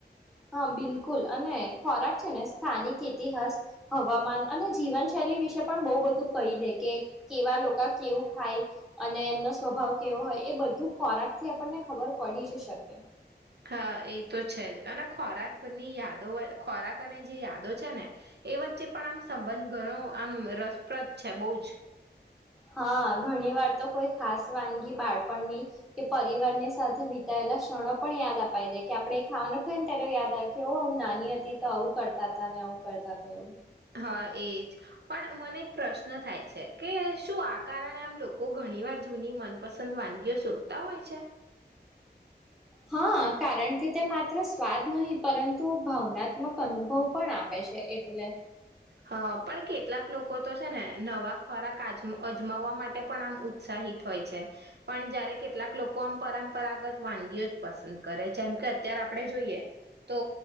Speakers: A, in the centre; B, on the right.
A: હા બિલકુલ અને ખોરાક છે ને સ્થાનિક ઇતિહાસ હવામાન અને જીવનશૈલી વિશે પણ બહુ બધું કહી દે કે કેવા લોકો કેવું ખાય અને એમનો સ્વભાવ કેવો હોય એ બધું ખોરાક થી આપણને ખબર પડી જ શકે.
B: હા એ તો છે જ અને ખોરાકની યાદો ખોરાક અને જે યાદો છે ને એ વચ્ચે પણ આમ સંબંધ ઘણો આમ રસપ્રદ છે બહુ જ.
A: હા ઘણી વાર તો કોઈ ખાસ વાનગી બાળપણની કે પરિવારની સાથે વિતાયેલા ક્ષણો પણ યાદ અપાઈ દે કે આપડે ખાવાને ખ ને ત્યારે યાદ આવે કેું નાની હતી તો આવું કરતા હતા આવું કરતા હતા એવું.
B: હા એજ પણ મને એક પ્રશ્ન થાય છે કે શું કારણે આમ લોકો ઘણી વાર જૂની મનપસંદ વાનગીઓ શોધતા હોય છે?
A: હા કારણ કે તે માત્ર સ્વાદ નહીં પરંતુ ભાવનાત્મક અનુભવ પણ આપે છે એટલે
B: હા પણ કેટલાક લોકો તો છે ને નવા ખોરાક અજમાવવા માટે પણ આમ ઉત્સાહિત હોય છે પણ જયારે કેટલાક લોકો આમ પરંપરાગત વાનગીઓ જ પસંદ કરે જેમ કે અત્યારે આપડે જોઈએ તો